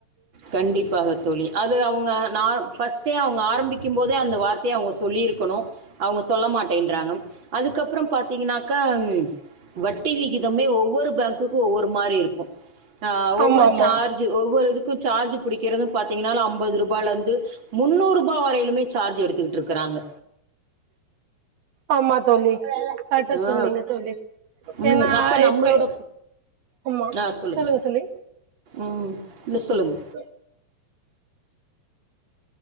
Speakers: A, on the right (about 35°); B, on the right (about 65°).
A: கண்டிப்பாக தோழி அது அவுங்க நா ஃபஸ்ட்டே அவுங்க ஆரம்பிக்கும் போதே அந்த வார்த்தைய அவுங்க சொல்லிருக்கணு அவுங்க சொல்ல மாட்டேன்றாங்க அதுக்கப்றம் பாத்தீங்னாக்க வட்டி விகிதம்னே ஒவ்வொரு பேங்க்குக்கு ஒவ்வொரு மாரி இருக்கும் ஆ ஒவ்வொரு
B: ஆமா ஆமா
A: சார்ஜ் ஒவ்வொரு இதுக்கு சார்ஜ் புடிக்கறது பாத்தீங்கனா அம்பது ரூபால இருந்து முன்னூறு ரூபா வரைலுமே சார்ஜ் எடுத்துக்கிட்ருக்காங்க
B: ஆமா தோழி கரெட்டா சொன்னீங்க
A: ஆ
B: தோழி
A: ம்
B: ஏன்னா
A: அப்போ நம்மளோட
B: இப்ப ஆமா
A: ஆ சொல்லுங்கள்
B: சொல்லுங்க தோழி
A: ம் நீங்க சொல்லுங்க
B: <inaudible>